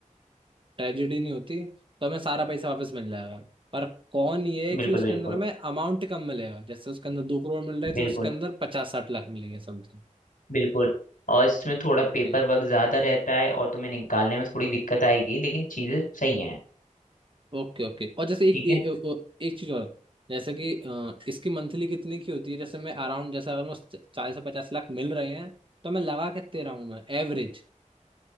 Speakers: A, on the right; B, on the left.
A: ट्रेजेडी नहीं होती तो हमें सारा पैसा वापस मिल जाएगा पर कौन ये है
B: बिल्कुल
A: कि उसके
B: बिल्कुल
A: अंदर हमें अमाउंट कम मिलेगा जैसे उसके अंदर दो करोड़ मिल रहे
B: बिल्कुल
A: थे उसके अंदर पचास साठ लाख मिलेंगे समथिंग
B: बिल्कुल और इसमें थोड़ा
A: Okay
B: पेपर वर्क ज्यादा रहता है और तुम्हें निकालने में थोड़ी दिक्कत आएगी लेकिन चीजें सही हैं
A: okay okay और जैसे
B: ठीक
A: एक ए,
B: है
A: ए, ओ- एक चीज और जैसे कि अ, इसकी मंथली कितने की होती है जैसे मैं अराउंड जैसे अगर मुझे चालीस से पचास लाख मिल रहे हैं तो मैं लगा कितने रहा हूँ मैं एवरेज